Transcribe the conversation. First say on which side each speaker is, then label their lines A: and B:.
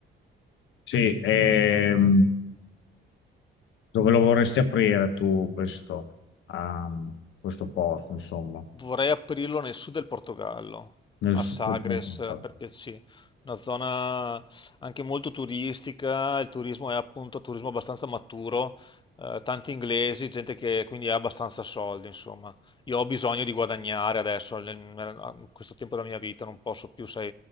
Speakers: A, on the left; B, on the left.
A: Sì, ehm, dove lo vorresti aprire tu questo, ehm, questo posto, insomma?
B: Vorrei aprirlo nel sud del Portogallo,
A: Nel
B: a
A: sud
B: Sagres
A: del Portogallo.
B: per piacere, una zona anche molto turistica, il turismo è appunto un turismo abbastanza maturo, eh, tanti inglesi, gente che quindi ha abbastanza soldi, insomma. Io ho bisogno di guadagnare adesso, nel- nel- a questo tempo della mia vita, non posso più, sai,